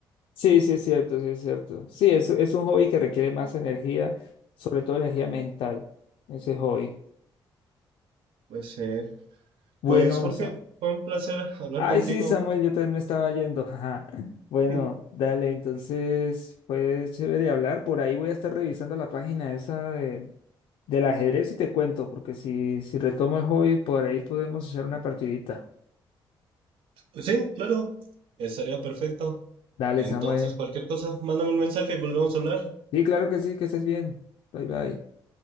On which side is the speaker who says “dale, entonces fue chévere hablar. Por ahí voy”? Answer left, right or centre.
Left